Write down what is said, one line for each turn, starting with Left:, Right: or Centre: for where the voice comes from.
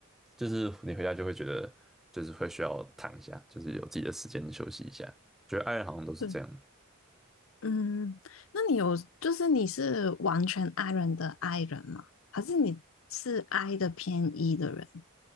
Centre: 就是你回家就会觉得就是会需要躺一下，就是有自己的时间休息一下。觉得爱人好像都是这样。
Left: 对，嗯，那你有就是你是完全 I 人的 I 人吗？还是你是 I 的偏 E 的人？